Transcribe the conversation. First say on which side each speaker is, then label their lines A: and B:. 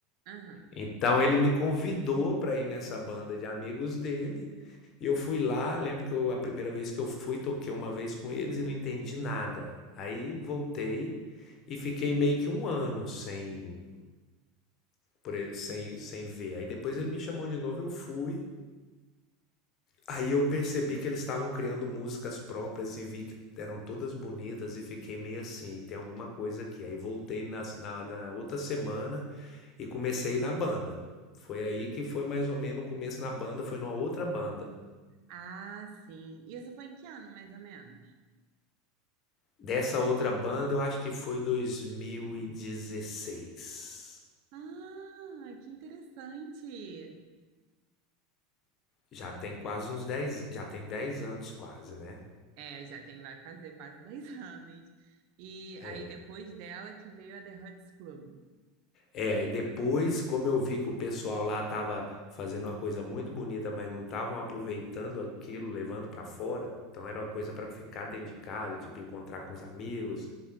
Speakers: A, on the right (about 50°); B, on the left (about 40°).
A: Aham.
B: Então ele me convidou para ir nessa banda de amigos dele, e eu fui lá, lembro que eu- a primeira vez que eu fui, toquei uma vez com eles e não entendi nada. Aí voltei e fiquei meio que um ano sem, por e- sem, sem ver. Aí depois ele me chamou de novo, eu fui. Aí eu percebi que eles estavam criando músicas próprias e vi que eram todas bonitas e fiquei meio assim, tem alguma coisa aqui. Aí voltei nas- na, na outra semana e comecei na banda. Foi aí que foi mais ou menos o começo na banda, foi numa outra banda.
A: Ah, sim. Isso foi em que ano, mais ou menos?
B: Dessa outra banda eu acho que foi 2016.
A: Ah, que interessante.
B: Já tem quase uns 10 já tem 10 anos quase, né?
A: É, já tem, vai fazer quase <laughs> 10 anos. E
B: É.
A: aí, depois dela, que veio a The Huts Club.
B: É, aí depois, como eu vi que o pessoal lá estava fazendo uma coisa muito bonita, mas não estavam aproveitando aquilo, levando para fora, então era uma coisa para ficar dentro de casa, tipo encontrar com os amigos.